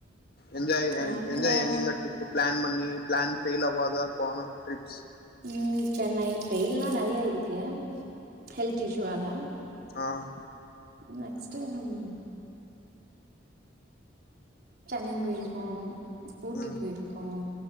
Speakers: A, on the left; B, on the right.
A: என்ஜாய்
B: நார்மலா
A: என்ஜாய் எங்கெங்க ட்ரிப்பு ப்ளான் பண்ணி ப்ளான் ஃபெயில் ஆவாத போனா ட்ரிப்ஸ்
B: உம் சென்னை ஃபெய்ல்லா நெறையா ஆயி ருக்கு ஹெல்த் இஷ்யூவால
A: ஆஹ்
B: நெக்ஸ்ட் உம் சென்னை போயிருக்கோம் ஊட்டி
A: ம்
B: போயிருக்கோம்